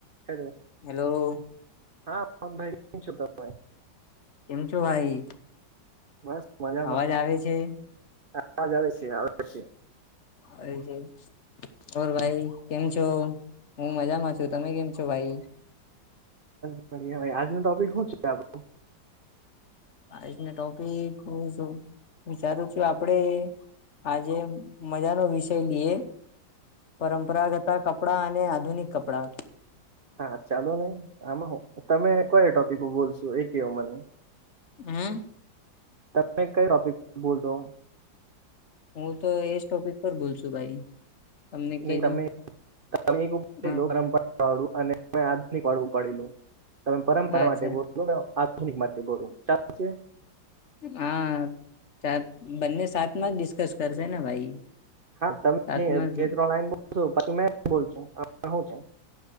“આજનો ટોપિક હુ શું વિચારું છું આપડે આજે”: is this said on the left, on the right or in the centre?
Left